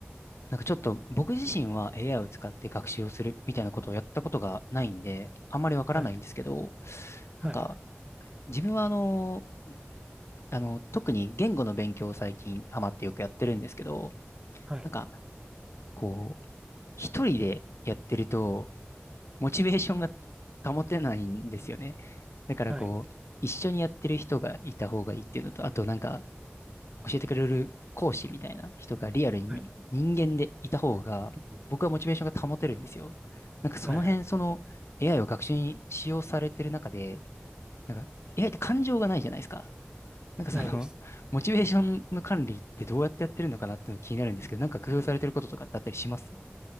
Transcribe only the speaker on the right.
はい。はい。
はい。
はい。
はい。うん。
はいはい。
ないです。